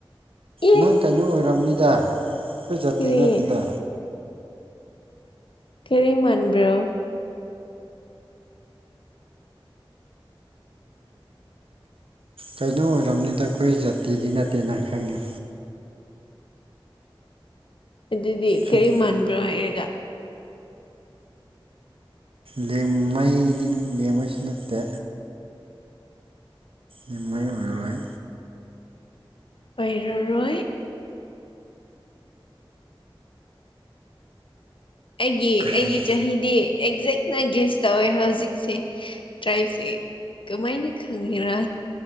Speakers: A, on the left (about 70°); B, on the right (about 80°).
A: ꯑꯦ
B: ꯅꯪ ꯀꯩꯅꯣ ꯑꯣꯏꯝꯅꯤꯗ ꯑꯩꯈꯣꯏ ꯖꯥꯠꯇꯤ
A: ꯀꯔꯤ
B: ꯅꯠꯇꯦꯗ
A: ꯀꯦꯔꯤ ꯃꯟꯕ꯭ꯔꯣ
B: ꯀꯩꯅꯣ ꯑꯣꯏꯔꯕꯝꯅꯤꯗ ꯑꯩꯈꯣꯏ ꯖꯥꯇꯤꯗꯤ ꯅꯠꯇꯦꯅ ꯈꯪꯉꯦ
A: ꯑꯗꯨꯗꯤ
B: ꯁꯨꯝ
A: ꯀꯔꯤ ꯃꯥꯟꯕ꯭ꯔꯣ ꯍꯥꯏꯔꯒ
B: ꯂꯦꯡꯉꯩꯗꯤ ꯂꯦꯡꯕꯩꯁꯨ ꯅꯠꯇꯦ ꯌꯦꯃꯩ ꯑꯣꯏꯔꯣꯏ
A: ꯄꯔꯔꯣꯏ ꯑꯩꯒꯤ
B: ꯀꯩ
A: ꯑꯩꯒꯤ ꯆꯍꯤꯗꯤ ꯑꯦꯛꯖꯦꯛꯅ ꯒꯦꯁ ꯇꯧꯋꯦ ꯍꯧꯖꯤꯛꯁꯦ ꯇ꯭ꯔꯥꯏꯞꯁꯦ ꯀꯃꯥꯏꯅ ꯈꯪꯉꯦꯔ